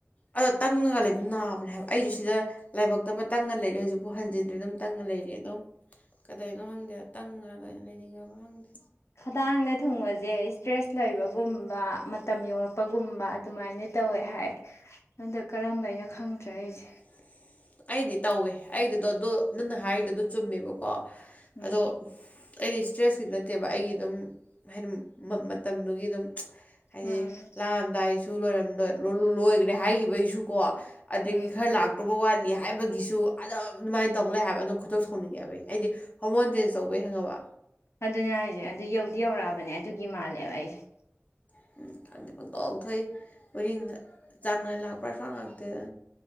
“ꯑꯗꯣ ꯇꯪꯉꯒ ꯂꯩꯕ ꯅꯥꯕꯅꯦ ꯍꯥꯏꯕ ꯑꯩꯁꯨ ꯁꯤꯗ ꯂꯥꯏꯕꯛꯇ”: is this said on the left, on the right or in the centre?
Left